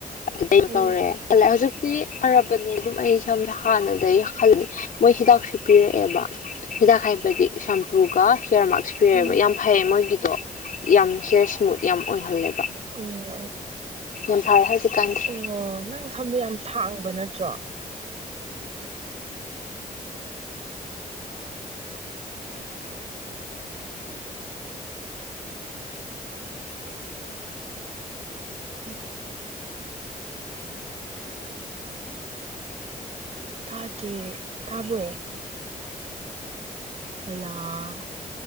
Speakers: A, on the left; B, on the right.
A: ꯑꯗꯨꯗꯩ
B: ꯎꯝ
A: ꯇꯧꯔꯦ ꯂ ꯍꯧꯖꯤꯛꯇꯤ ꯐꯔꯕꯅꯦ ꯑꯗꯨꯝ ꯑꯩ ꯁꯝ ꯍꯥꯟꯅꯗꯒꯤ ꯈꯂ ꯃꯣꯏ ꯍꯤꯗꯥꯛꯁꯨ ꯄꯤꯔꯛꯑꯦꯕ ꯍꯤꯗꯥꯛ ꯍꯥꯏꯕꯒꯤ ꯁꯝꯄꯨꯒ ꯍꯤꯌꯥꯔ ꯃꯥꯛꯁ ꯄꯤꯔꯦꯕ
B: ꯎꯝ
A: ꯌꯥꯝ ꯐꯩꯌꯦ ꯃꯣꯏꯒꯤꯗꯣ ꯌꯥꯝ ꯍꯦꯌꯔ ꯁ꯭ꯃꯨꯠ ꯌꯥꯝ ꯑꯣꯏꯍꯜꯂꯦꯕ
B: ꯎꯝ
A: ꯌꯥꯝ ꯐꯥꯏ ꯍꯥꯏꯖꯤꯛ ꯀꯥꯟꯗꯦ
B: ꯑꯣ ꯅꯪ ꯁꯝꯗꯣ ꯌꯥꯝ ꯁꯥꯡꯕ ꯅꯠꯇ꯭ꯔꯣ ꯎꯝ ꯇꯥꯗ꯭ꯔꯦ ꯇꯥꯕ꯭ꯔꯣ ꯍꯜꯂꯣ